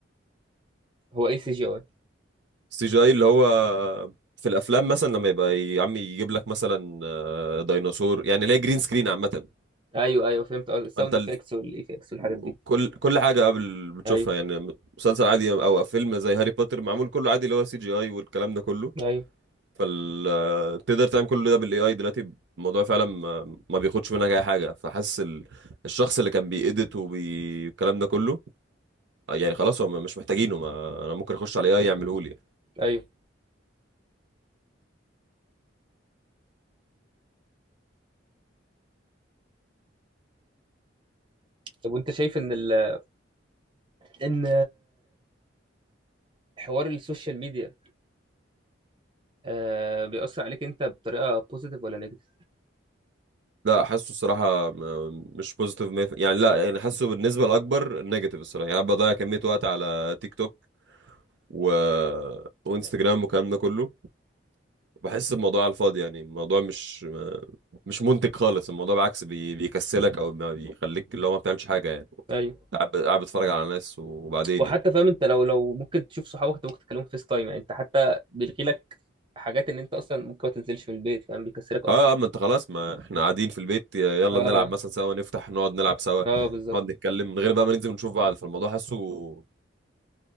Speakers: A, on the right (about 25°); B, on the right (about 60°).
A: هو ايه السي جي اي
B: السي جي اي اللي هو في الافلام مثلا لما يبقى يا عم يجيب لك مثلا آه، ديناصور يعني اللي هي جرين سكرين عامه
A: ايوه ايوه فهمت اه الساوند
B: انت ال...
A: افكتس والايفكتس والحاجات
B: و-
A: دي
B: كل كل حاجه قبل بتشوفها
A: ايوه
B: يعني مسلسل عادي او فيلم زي هاري بوتر معمول كله عادي اللي هو سي جي اي والكلام ده كله
A: ايوه
B: فال آه، تقدر تعمل كل ده بالاي اي دلوقتي الموضوع فعلا ما ما بياخدش منك اي حاجه فحاسس ال... الشخص اللي كان بيأديت والكلام ده كله آه، يعني خلاص هم مش محتاجينه ما... انا ممكن اخش على اي اي يعمله لي
A: ايوه طب وانت شايف ان ال... ان حوار السوشيال ميديا آه بيأثر عليك انت بطريقه بوزيتيف ولا نيجاتيف
B: لا حاسه الصراحه م- مش بوزيتيف مية في المية يعني لا يعني حاسه بالنسبه الاكبر نيجاتيف الصراحه يعني أنا بضيع كميه وقت على تيك توك و... وانستجرام والكلام ده كله بحس الموضوع على الفاضي يعني الموضوع مش ما- مش منتج خالص الموضوع بالعكس بي... بيكسلك او ما بيخليك اللي هو ما بتعملش حاجه يعني
A: ايوه
B: قاعد قاعد بتتفرج على ناس وبعدين
A: وحتى
B: يعني
A: فاهم انت لو لو ممكن تشوف صحابك انت ممكن تكلمهم فيس تايم يعني انت حتى بيلغي لك حاجات ان انت اصلا ممكن ما تنزلش من البيت فاهم بيكسلك اكتر
B: اه آه، ما انت خلاص ما احنا قاعدين في البيت ي- يلا
A: اه
B: نلعب مثلا سوا نفتح نقعد نلعب سوا
A: اه بالظبط
B: نقعد نتكلم من غير بقى ما ننزل ونشوف بعض فالموضوع حاسه و-